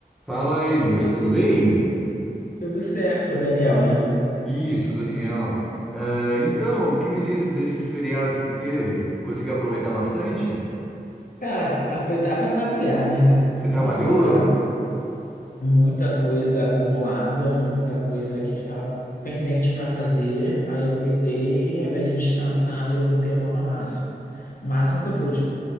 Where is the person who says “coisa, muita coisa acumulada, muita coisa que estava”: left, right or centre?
Left